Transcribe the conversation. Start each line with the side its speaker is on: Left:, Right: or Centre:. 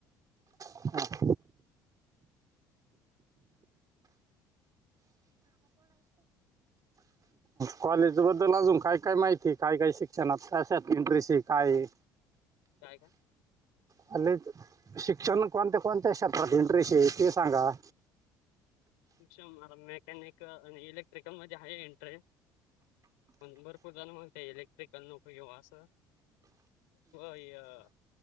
Right: मला कॉलेज बद्दल अजून काय काय माहिती काय काय शिक्षणात कशात इंट्रेस ए काय ए?
Left: काय काय
Right: कॉलेज शिक्षण कोणत्या कोणत्या क्षेत्रात इंटरेस्ट आहे ते सांगा
Left: शिक्षण मेकॅनिक इलेक्ट्रिकल मध्ये हाये इंटरेस पण भरपूर जण म्हणतेत इलेक्ट्रिकल नको घेवू असं. ए य